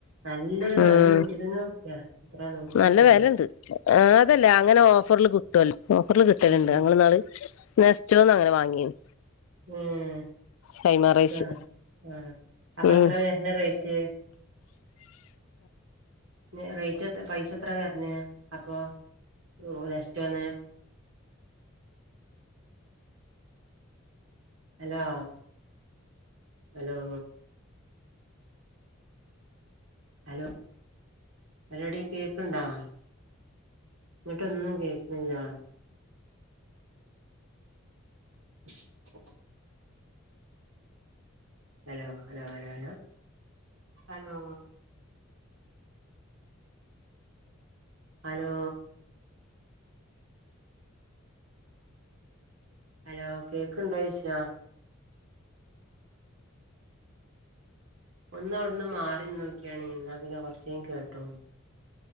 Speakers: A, on the right; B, on the left.
A: നല്ലൊരു
B: ഉം
A: അയിന് നൂറ്റി തൊണ്ണൂറുപ്യ എത്ര നൂറ്റി
B: നല്ല
A: എത്രോ
B: വെലേണ്ട്
A: ആണ്
B: അതല്ലേ അങ്ങനെ ഓഫറില് കിട്ടും കിട്ട ഓഫറിൽ കിട്ടലണ്ട്
A: ഉം
B: ഞങ്ങൾാള് നെസ്റ്റോന്ന് അങ്ങനെ വാങ്ങീനി
A: ഉം
B: കൈമാ
A: ഇഷ്ട്ടാണ്
B: റൈസ്
A: ആഹ അപ്പൊ
B: ഉം
A: എത്ര വരണ റേറ്റ്. ന്നെ റേറ്റ് എത്ത് പൈസ എത്ര വര്ന് അപ്പൊ? ഓ നെസ്റ്റ് വന്നെ ഹലോ ഹലോ ഹലോ ഹലോ ഡി കേക്കണ്ടോ ഇങ്ങട്ടൊന്നും കേൾക്കണ്ല്ല <inaudible> hello hello hello hello hello hello hello കേക്ക്ണ്ടോയ്ച ഒന്നവിടുന്ന് മാറി നിന്നോക്കിയാണി എന്നാപിന്നെ കുറച്ചേ കേട്ടോളും